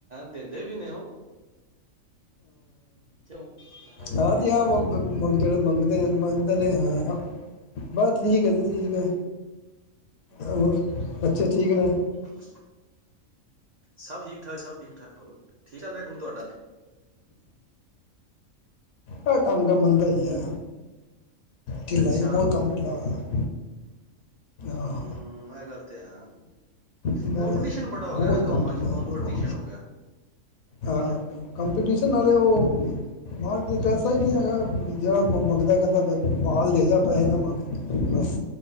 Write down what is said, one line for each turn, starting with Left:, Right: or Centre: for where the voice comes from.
Right: ਦਿੰਦੇ ਵੀ ਨੇ ਉਹ ਚਲੋ ਹਾਂਜੀ
Left: ਆਹ
Right: ਹਾਂਜੀ
Left: ਤੇ ਆਹ
Right: ਹੋਰ
Left: ਮੰਗਤੇ ਮੰਗਦੇ ਆ ਬੰਦ ਨੇ ਹਾਂ ਹਾਂ, ਬਸ ਠੀਕ ਹੈ ਜੀ ਠੀਕ ਹੈ ਹੋਰ ਬੱਚੇ ਠੀਕ ਨੇ
Right: ਹੂੰ। ਸਭ ਠੀਕ- ਠਾਕ, ਸਭ ਠੀਕ- ਠਾਕ ਹੋਰ ਠੀਕ ਚੱਲ ਰਿਹਾ ਕੰਮ ਤੁਹਾਡਾ
Left: ਆ ਕੰਮ ਤਾ ਮੰਦਾ ਹੀ ਆ ਢਿੱਲਾ
Right: ਅੱਛਾ
Left: ਇਹ ਬਹੁਤ ਕੰਮ ਢਿੱਲਾ ਹੋਇਆ। ਆਹ
Right: ਹੂੰ ਇਹ ਗੱਲ ਤੇ ਹੈ
Left: ਬਹੁਤ
Right: ਕੌਪੀਟੀਸ਼ਨ ਬੜਾ ਹੋ
Left: ਬਹੁਤ
Right: ਗਿਆ ਨਾ
Left: ਕੰਮ
Right: ਕੰਮਾਂ
Left: ਢਿੱਲਾ
Right: ਚ ਕੌਪੀਟੀਸ਼ਨ
Left: ਬਹੁਤ ਕੰਮ
Right: ਹੋ ਗਿਆ
Left: ਹਾਂ, ਕੰਪੀਟੀਸ਼ਨ ਨਾਲੇ ਉਹ ਮਾਲ ਕੀ ਪੈਸਾ ਈ ਨ੍ਹੀਂ ਹੈਗਾ, ਜਿਹੜਾ ਮੰਗਦੈ ਕਹਿੰਦੈ ਮਾਲ ਦੇ ਜਾ ਪੈਸੇ ਨਾ ਮੰਗ, ਬਸ।